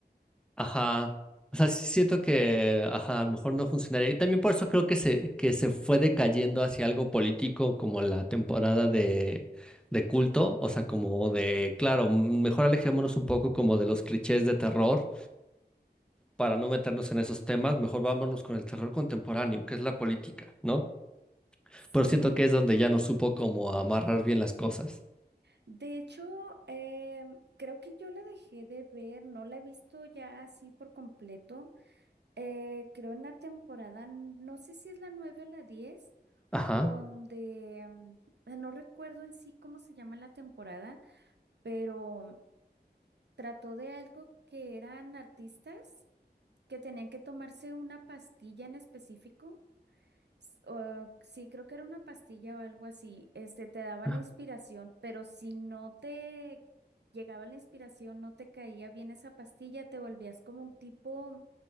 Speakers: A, in the centre; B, on the right.
A: Ajá. O sea, sí siento que, ajá, a lo mejor no funcionaría. Y también por eso creo que se, que se fue decayendo hacia algo político como la temporada de, de culto. O sea, como de, claro, mm, mejor alejémonos un poco como de los clichés de terror para no meternos en esos temas. Mejor vámonos con el terror contemporáneo, que es la política, ¿no?
B: Sí,
A: Pero siento que es donde ya no supo como amarrar bien las cosas.
B: de hecho, em, creo que yo la dejé de ver, no la he visto ya así por completo. Eh, creo en la temporada, n- no sé si es la 9 o la 10,
A: Ajá.
B: donde em, eh, no recuerdo en sí cómo se llama la temporada, pero trató de algo que eran artistas que tenían que tomarse una pastilla en específico S- o- sí, creo que era una pastilla o algo así. Este, te daba
A: Ah,
B: la inspiración, pero si no te llegaba la inspiración, no te caía bien esa pastilla, te volvías como un tipo